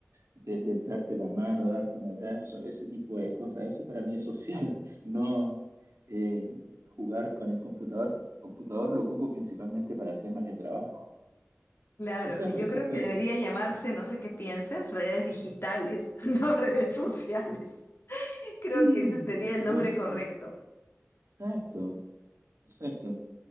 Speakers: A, on the right (about 80°); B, on the left (about 50°).
A: de, de darte la mano, darte un abrazo, ese tipo de cosas. Eso para mí es social, <laughs> no eh, jugar con el computador. Computador lo ocupo principalmente para temas de trabajo.
B: Claro,
A: Esa,
B: yo
A: esa
B: creo
A: fue...
B: que debería llamarse, no sé qué pienses, redes digitales, <laughs> no redes sociales.
A: Sí,
B: Creo que ese sería
A: por supuesto.
B: el nombre correcto.
A: Exacto, exacto.